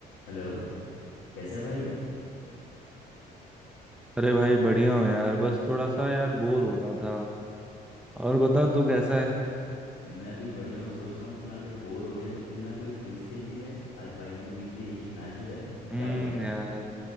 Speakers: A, on the left; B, in the centre.
A: Hello कैसे है भाई
B: अरे भाई बढ़िया हो यार बस थोड़ा सा यार बोर हो रहा था और बता तू कैसा है
A: मैं भी बढ़िया हूँ सोच रहा हूँ इतना अगर बोर हो रहे हैं तो क्यों ना कोई क्विज खेल ली जाए आज भाइयों के बीच में एक एक मैच हो जाए
B: हम्म
A: क्या बोलता है
B: यार